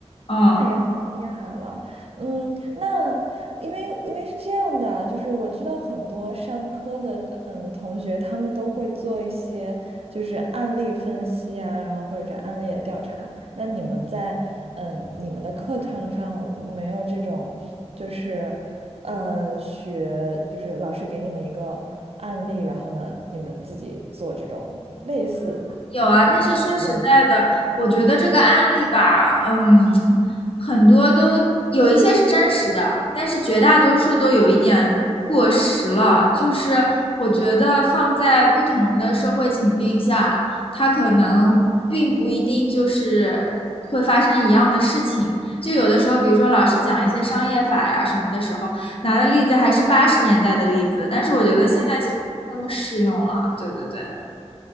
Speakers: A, on the left; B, on the right.
A: 嗯，
B: 那也很厉害了，嗯，那因为因为是这样的，就是我知道很多商科的嗯同学，他们都会做一些就是案例分析啊，然后或者这案例的调查。那你们在嗯你们的课堂上没有这种，就是嗯学就是老师给你们一个案例，然后呢你们自己做这种类似是实验的吗？
A: 有啊，但是说实在的，我觉得这个案例吧，嗯，很多都有一些是真实的，但是绝大多数都有一点过时了。就是我觉得放在不同的社会情境下，它可能并不一定就是会发生一样的事情。就有的时候，比如说老师讲一些商业法呀什么的时候，拿的例子还是八十年代的例子，但是我觉得现在其实不那么适用了。对对对。